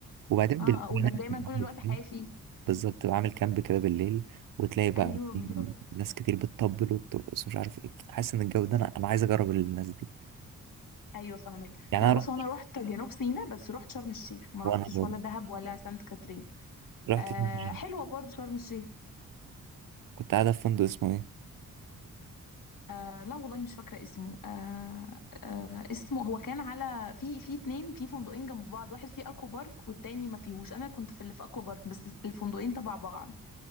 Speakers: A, on the right; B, on the left.
A: وبعدين بالليل
B: اه آه، وانك
A: هناك بتبقى
B: دايما طول
A: عامل
B: الوقت
A: إزاي؟
B: حافي
A: بالظبط تبقى عامل كامب كده بالليل وتلاقي بقى
B: ايوه بالظبط
A: في ناس كتير بتطبل وبترقص ومش عارف ايه حاسس ان الجو ده انا انا عايز اجرب الناس دي
B: ايوه فاهمك
A: يعني
B: لا بص
A: انا رحت
B: هو انا رحت جنوب سيناء بس رحت شرم الشيخ ما
A: وانا
B: رحتش
A: برضه
B: ولا دهب ولا سانت كاترين
A: رحت
B: آه
A: فين؟
B: حلوه برضو شرم الشيخ
A: كنت قاعده في فندق اسمه ايه
B: آه لا والله مش فاكرة اسمه آه آه اسمه هو كان على في في اتنين في فندقين جنب بعض واحد فيه اكوا بارك والتاني ما فيهوش انا كنت في اللي في اكوا بارك بس الفندقين تبع بعض